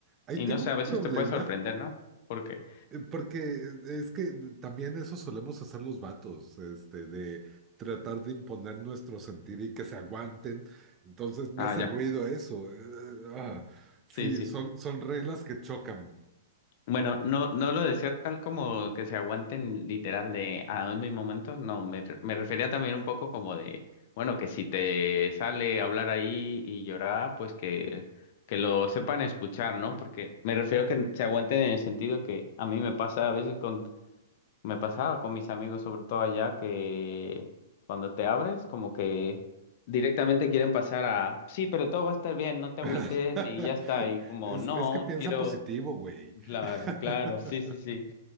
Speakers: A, on the right; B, on the left.
A: ahí
B: y
A: tengo
B: no sé,
A: un
B: a veces
A: problema
B: te puede sorprender, ¿no? porque
A: Eh, Porque es que también eso solemos hacer los vatos, este, de tratar de imponer nuestro sentir y que se aguanten. Entonces me
B: Ah,
A: hace
B: ya.
A: ruido eso. eh, ah, sí,
B: Sí, sí.
A: son, son reglas que chocan.
B: Bueno, no, no lo decía tal como que se aguanten literal de a mis momentos. No, me, re- me refería también un poco como de, bueno, que si te sale hablar ahí y llorar, pues que, que lo sepan escuchar, ¿no? Porque me refiero que se aguanten en el sentido que a mí me pasa a veces con, me pasaba con mis amigos, sobre todo allá, que cuando te abres, como que directamente quieren pasar a, sí, pero todo va a estar bien, no te
A: <laughs>
B: agüites y ya está. Y como,
A: Es,
B: no,
A: es que piensa
B: quiero.
A: positivo, güey.
B: Claro,
A: <laughs>
B: claro, sí, sí, sí.